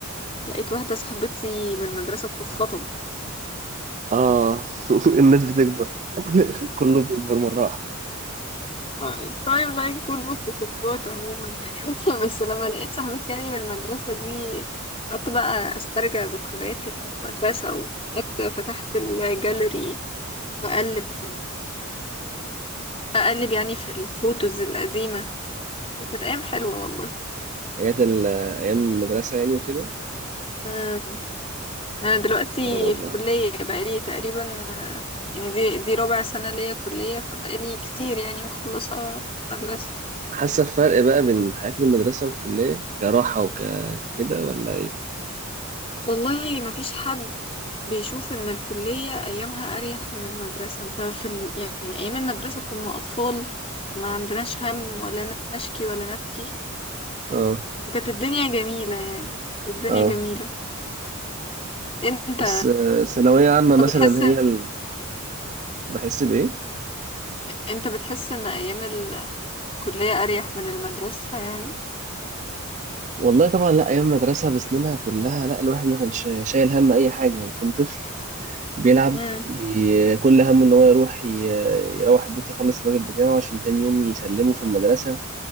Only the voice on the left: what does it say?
لقيت واحدة صاحبتي من المدرسة بتتخطب <laughs>
التايم لاين كله خطوبات عموما يعني <laughs> بس لما لقيت صاحبتي يعني من المدرسة دي قعدت بقى استرجع ذكريات المدرسة وقعدت فتحت الجاليري وأقلب في اقلب يعني في الفوتوز القديمة كانت ايام حلوة والله
امم انا دلوقتي
في كلية بقالي تقريبا آه، يعني دي دي رابع سنة ليا كلية فبقالي كتير يعني مخلصة مدرسة
والله ما فيش حد بيشوف ان الكلية ايامها اريح من المدرسة ففي ال... يعني ايام المدرسة كنا اطفال ما عندناش هم ولا نشكي ولا نبكي
وكانت الدنيا جميلة يعني والدنيا
جميلة انت
بتحس
انت بتحس ان ايام ال... كلية أريح من المدرسة يعني
امم